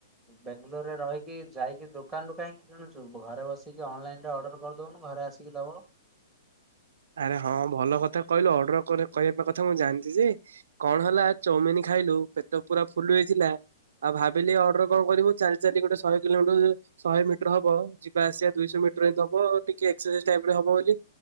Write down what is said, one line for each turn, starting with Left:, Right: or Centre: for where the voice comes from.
Centre: ବେଙ୍ଗେଲୋରରେ ରହିକି ଯାଇକି ଦୋକାନରୁୁ କାହିଁକି କିଣୁଛୁ ଘରେ ବସିକି ଅନଲାଇନ ରେ ଅର୍ଡର କରିଦବଉନୁ ଘରେ ଆସିକି ଦବ
Right: <unintelligible> ଆରେ ହଁ ଭଲକଥା କହିଲୁ ଅଡର କରି କହିବାକଥା ଜାଣିଛିଯେ କଣ ହେଲା ଚମିନିଖା ଖାଇଲୁ ପେଟ ପୁରା ଫୁଲୁ ହେଇଥିଲା। ଆଉ ଭାବିଲି ଅର୍ଡର କଣ କରିବୁ ଚାଲି ଚାଲି ଗୋଟେ ଶହେକିଲୋମିଟର ଶହେମିଟର ହବ ଯିବା ଆସିବା ଦୁଇଶହ ମି ହବ ବୋଲି ଟିକିଏ ଏକ୍ସରସାଇଜ ଟାଇପର ହେବ ବୋଲି